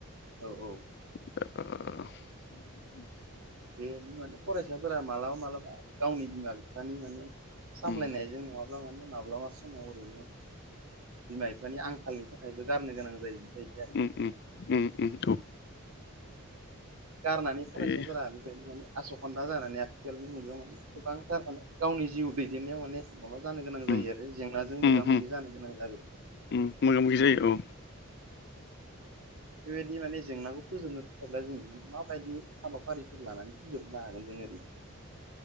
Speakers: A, on the right (about 75°); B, on the left (about 50°).
A: औ औ
B: आ
A: बेबायदि माने फरायसाफोरा मालाबा मालाबा गावनि बिमा बिफानि माने सामलायनायजों
B: उम
A: नङाब्ला माने माब्लाबा समाव ओरैनो बिमा बिफानि आंखाल नि थाखायबो गारनो गोनां जायो। बेबायदि आरो
B: उम उम उम उम औ
A: गारनानै फरायसाफोरा
B: बे
A: बेबायदि माने आस'खानदा जानानै आथिखालनि मुगायाव माने गोबां थारमाने गावनि जिउ दैदेननायाव माने माबा जानो गोनां
B: उम
A: जायो आरो जेंनाजों
B: उम
A: मोगा
B: उम
A: मोगि जानो गोनां जागोन।
B: उम मोगा मोगि जायो औ
A: बेबायदि माने जेंनाखौ फोजोबनो थाखायब्ला जों माबायदि हाबाफारिफोर लानानै फोजोबनो लागोन जों ओरै